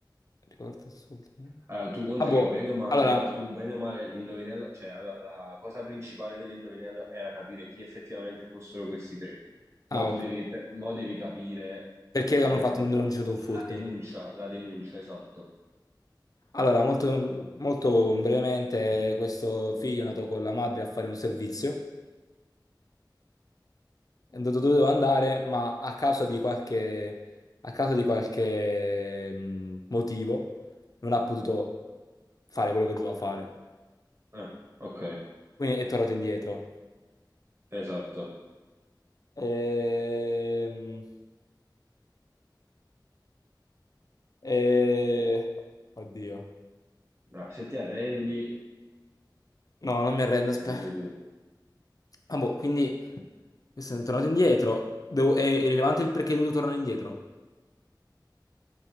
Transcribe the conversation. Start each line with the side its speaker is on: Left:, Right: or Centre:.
Left: Riporta i soldi...
Right: Allora, tu conta
Left: Ah, boh.
Right: che bene o male,
Left: Allora...
Right: tu bene o male, l'indovinello, cioè allora, la cosa principale dell'indovinello era capire chi effettivamente fossero questi tre. Mo
Left: Ah,
Right: tu
Left: ok.
Right: devi, pe- mo devi capire,
Left: Perché
Right: cioè,
Left: hanno fatto
Right: la
Left: un, non c'è stato un furto?
Right: denuncia, la denuncia, esatto.
Left: Allora, molto, molto brevemente, questo figlio è andato con la madre a fare un servizio, è andato dove doveva andare, ma a causa di qualche, a causa di qualche mh, motivo non ha potuto fare quello che doveva fare.
Right: Ah, ok,
Left: Quindi è tornato indietro.
Right: esatto.
Left: Ehm, e- Oddio.
Right: Ah, se ti arrendi,
Left: No, non mi arrendo, aspetta.
Right: dimmi tu.
Left: Ah, boh, quindi questo è tornato indietro. Devo- È è rilevante il perché è dovuto tornare indietro.